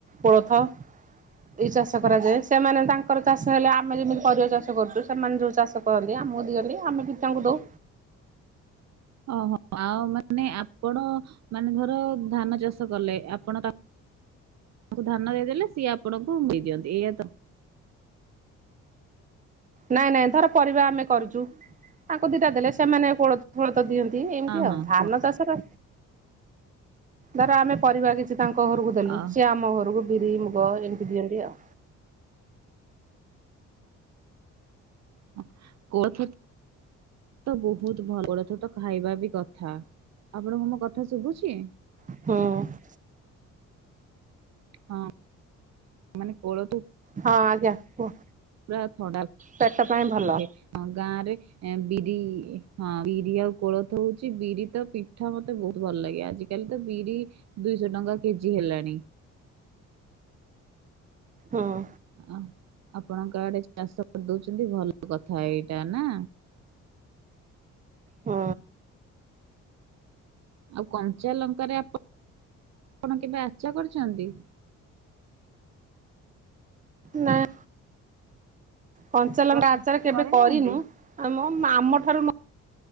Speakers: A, on the right; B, on the right.
A: ପୋଳଥ। ଏଇ ଚାଷ କରାଯାଏ ସେମାନେ ତାଙ୍କର ଚାଷ ହେଲେ ଆମେ ଯେମିତି ପରିବା ଚାଷ କରୁଛୁ ସେମାନେ ଯୋଉ ଚାଷ କହନ୍ତି ଆମକୁ ଦିଅନ୍ତି ଆମେ ବି ତାଙ୍କୁ ଦଉ।
B: ଓହୋ ଆଉ ମାନେ ଆପଣ ମାନେ ଧର ଧାନ ଚାଷ ଚା କଲେ ଆପଣ ତାଙ୍କୁ ଧାନ ଦେଇଦେଲେ ସିଏ ଆପଣଙ୍କୁ ମି ଦିଅନ୍ତି ଏଇଆ ତ?
A: ନାଇଁ ନାଇଁ ଧର ପରିବା ଆମେ କରୁଛୁ ତାଙ୍କୁ ଦିଟା ଦେଲେ ସେମାନେ କୋଳଥ ଫଳ ତ ଦିଅନ୍ତି ଏମିତି
B: ହଁ ହଁ
A: ଆଉ ଧାନ
B: କୁହ
A: ଚାଷରେ ଧର ଆମେ ପରିବା କିଛି ସେ ତାଙ୍କ ଘରକୁ ଦେଲୁ
B: ଅ
A: ସିଏ ଆମ ଘରକୁ ବିରି ମୁଗ ଏମିତି ଦିଅନ୍ତି ଆଉ।
B: ହଁ କୋଳଥ ତ ବହୁତ ଭଲ କୋଳଥ ଥ ତ ଖାଇବା ବି କଥା ଆପଣଙ୍କୁ ମୋ କଥା ଶୁଭୁଛି?
A: ହଁ।
B: ହଁ ମାନେ କୋଳଥ
A: ହଁ ଆଜ୍ଞା କୁହ?
B: ପୁରା ଥଣ୍ଡା ରଖେ
A: ପେଟ ପାଇଁ ଭଲ
B: ଅ ଗାଁ ରେ ଏ ବିରି ହଁ ବିରି ଆଉ କୋଳଥ ହଉଛି ବିରି ତ ପିଠା ମତେ ବହୁତ ଭଲ ଲାଗେ ଆଜି କାଲି ତ ବିରି ଦୁଇଶହ ଟଙ୍କା କେଜି ହେଲାଣି।
A: ହଁ।
B: ହଁ ଆପଣଙ୍କଆଡେ ଚାଷ କରିଦଉଛନ୍ତି ଭଲ କଥା ଏଇଟା ନା?
A: ହଁ।
B: ଆଉ କଞ୍ଚା ଲଙ୍କାରେ ଆପଣ ଆପଣ କେବେ ଆଛା କରଛନ୍ତି।
A: ନାଇଁ। କଞ୍ଚାଲଙ୍କା
B: କରି
A: ଆଚାର କେବେ
B: କରିନାହାନ୍ତି?
A: କରିନୁ ଆ ଆମଠାରୁ